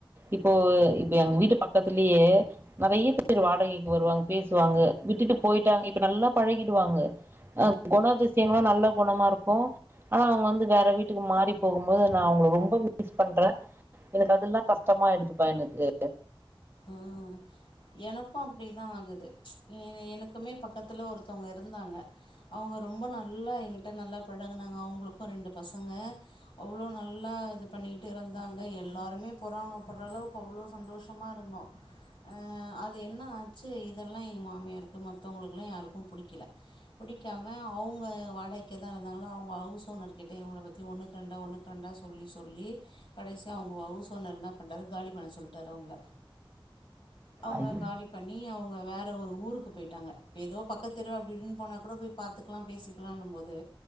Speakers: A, on the right; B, on the left.
A: இப்போ இப்ப எங்க வீட்டு பக்கத்துலயே நெறைய பேர் வாடகைக்கு வருவாங்க பேசுவாங்க விட்டுட்டு போயிட்டாங்க இப்ப நல்லா பழகிடுவாங்க அ கொணாதிசயங்களு நல்ல கொணமா இருக்கு ஆனா அவங்க வந்து வேற வீட்டுக்கு மாறி போகும்போது நா அவங்கள ரொம்ப மிஸ் பண்றே எனக்கு அதல்லா கஷ்டமா எடுத்துப்பா எனக்கு
B: ம் எனக்கு அப்படிதா ஆகுது எ எனக்குமே பக்கத்துல ஒருத்தவங்க இருந்தாங்க அவங்க ரொம்ப நல்லா என்கிட்ட நல்லா பழகுனாங்க அவங்களுக்கு ரெண்டு பசங்க அவ்ளோ நல்லா இது பண்ணி ட்டு இருந்தாங்க எல்லாருமே பொறமைப்பற அளவுக்கு அவ்ளோ சந்தோஷமா இருந்தோ அ அது என்ன ஆச்சு இதெல்லா எங்க மாமியாருக்கு மத்தவங்களுக்குலா யாருக்கு புடிக்கல புடிக்காம அவுங்க வாடகைக்குதா இருந்தாங்களோ அவங்க ஹவுஸ் ஓனர் கிட்ட இவங்கள பத்தி ஒண்ணுக்கு ரெண்டா ஒண்ணுக்கு ரெண் சொல்லி சொல்லி கடைசியா அவங்க ஹவுஸ்ஓனர் என்ன பண்ணிட்டாரு காலி பண்ண சொல்ட்டாரு அவுங்கள அவங்க
A: ஐயோ
B: காலி பண்ணி அவங்க வேற ஒரு ஊருக் கு போயிட்டாங்க ஏதோ பக்கத்துதெரு அப்டி இப்டி போன கூட போய் பாத்துக்கலா பேசிக்கலானும் போது